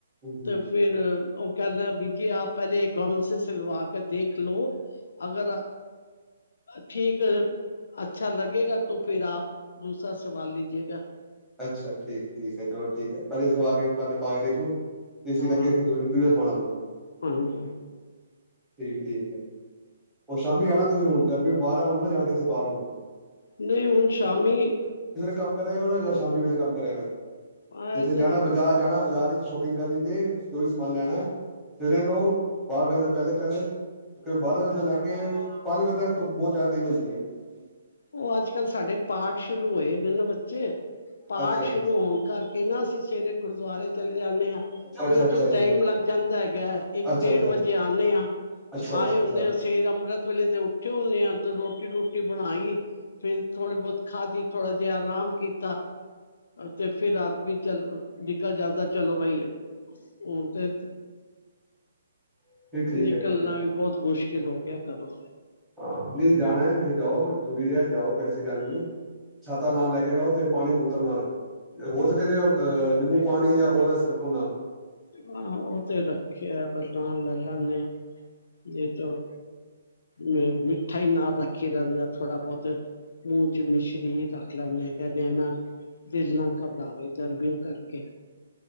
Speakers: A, in the centre; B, on the left.
A: ਹਮ
B: ਤੇ ਫਿਰ ਉਹ ਕਹਿੰਦਾ ਬੀ ਜੀ ਆਪ ਪਹਿਲੇ ਕਮ ਸ ਸਿਲਵਾ ਕੇ ਦੇਖ ਲੋ ਅਗਰ, ਠੀਕ ਹੈ, ਅੱਛਾ ਲੱਗੇਗਾ ਫਿਰ ਆਪ ਦੂਸਰਾ ਸਵਾਲ ਲੀਏਗਾ,
A: ਅੱਛਾ, ਠੀਕ ਠੀਕ ਹੈ ਚਲੋ ਠੀਕ ਹੈ ਪਹਿਲੇ ਸਵਾ ਕੇ ਪਹਿਲੇ ਪਾ ਕੇ ਦੇਖਲੋ। ਏਸੀ
B: ਹਾਂ
A: ਲੱਗੇ ਸੀ ਦੂਜ ਸਮਾਨ ਨੂੰ,
B: ਹਾਂਜੀ।
A: ਠੀਕ ਠੀਕ ਹੈ, ਉਹ ਸ਼ਾਮੀ ਜਾਣਾ ਤੁਸੀਂ ਹੁਣ ਗਰਮੀ ਬਾਹਰ ਆਣਾ ਨਾ ਜਾਣਾ ਕਿਥੇ ਬਾਹਰ ਹੋਣਾ,
B: ਨਹੀਂ ਹੁਣ ਸ਼ਾਮੀ
A: ਕੰਮ ਕਦੇ ਵੀ ਹੋ ਜਾ ਸ਼ਾਮੀ ਵੇਲੇ ਕੰਮ ਕਰਿਆ ਕਰੋ।
B: ਆਇਆ
A: ਜਿੱਥੇ
B: ਤੇ
A: ਜਾਣਾ ਬਾਜ਼ਾਰ ਜਾਣਾ, ਬਾਜ਼ਾਰ ਵਿੱਚ ਸ਼ੋਪਿੰਗ ਕਰਨੀ ਜੇ ਜੋ ਵੀ ਸਮਾਨ ਲੈਣਾ ਸਵੇਰੇ ਲਓ ਬਾਰਾਂ ਵਜੇ ਤੋਂ ਪਹਿਲੇ ਪਹਿਲੇ ਕਈ ਬਾਰਾਂ ਵਜੇ ਤੋਂ ਲੈ ਕੇ ਪੰਜ ਵਜੇ ਤੱਕ ਤੂੰ ਬਹੁਤ ਜਾ <unintelligible>
B: ਉਹ ਅੱਜ ਕੱਲ੍ਹ ਸਾਡੇ ਪਾਠ ਸ਼ੁਰੂ ਹੋਏ ਹੋ ਨਾ ਬੱਚੇ, ਪਾਠ
A: ਅੱਛਾ
B: ਸ਼ੁਰੂ
A: ਜੀ
B: ਹੋਣ ਕਰਕੇ ਨਾ ਅਸੀਂ ਸਵੇਰੇ ਗੁਰਦੁਆਰੇ ਚਲੇ ਜਾਨੇ ਹਾਂ,
A: ਅੱਛਾ ਅੱਛਾ
B: ਫਿਰ ਉੱਥੋਂ
A: ਅੱਛਾ ਅੱਛਾ
B: ਟਾਈਮ ਲੱਗ ਜਾਂਦਾ ਹੈਗਾ ਇੱਕ
A: ਅੱਛਾ
B: ਡੇਢ ਵਜੇ ਆਨੇ ਹਾਂ,
A: ਅੱਛਾ ਅੱਛਾ
B: ਆਏ ਹੁੰਦੇ
A: ਅੱਛਾ
B: ਆ ਸਵੇਰ ਅੰਮ੍ਰਿਤ ਵੇਲੇ ਦੇ ਉ ਇਕੱਠੇ ਹੁਨੇ ਆ ਤੇ ਰੋਟੀ ਰੋਟੀ ਬਣਾਈ ਫਿਰ ਥੋੜ੍ਹੀ ਬਹੁਤ ਖਾਧੀ ਥੋੜ੍ਹਾ ਜਿਹਾ ਆਰਾਮ ਕੀਤਾ, ਤੇ ਫਿਰ ਰਾਤ ਵੀ ਚੱਲ ਨਿਕਲ ਜਾਂਦਾ ਚਲੋ ਬਾਈ, ਹੁਣ ਤੇ
A: ਨਹੀਂ ਠੀਕ
B: ਨਿਕਲਣਾ
A: ਹੈ ਠੀਕ ਹੈ
B: ਵੀ ਬਹੁਤ ਮੁਸ਼ਕਿਲ ਹੋ ਗਿਆ ਘਰੋ।
A: ਹਾਂ, ਨਹੀਂ ਜਾਣਾ ਤੁਸੀਂ ਜਾਓ ਜ਼ੂਰੀ ਹੈ ਜਾਓ ਕੋਈ ਐਸੀ ਗੱਲ ਨਹੀਂ ਹੈ, ਛਾਤਾਂ ਨਾਲ ਲੈ ਕੇ ਜਾਓ ਤੇ ਪਾਣੀ ਬੋਤਲ ਨਾਲ ਰੱਖੋ, ਹੋ ਸਕੇ ਤਾਂ ਅਹ ਨਿੰਬੂ ਪਾਣੀ ਜਾਂ ਔਰ ਰੱਖੋ ਨਾਲ
B: ਹਾਂ ਉਹ ਤੇ ਰੱਖਿਆ ਪ੍ਰਧ ਲੈਲਾਂ ਨੇ, ਜੇਤੋਂ, ਮੇ ਮਿੱਠਾਈ ਨਾ ਗ ਖੀ ਰਹਿੰਦਾ ਥੋੜ੍ਹਾ ਬਹੁਤ ਮੂੰਹ ਚ ਮਿਸ਼ਰੀ ਰੱਖ ਲੈਂਦੇ ਆ ਕਹਿੰਦੇ ਨਾ, ਦਿਲ ਨਾਲ ਘਬਰਾਵੇ ਤਰਬਓ ਕਰਕੇ,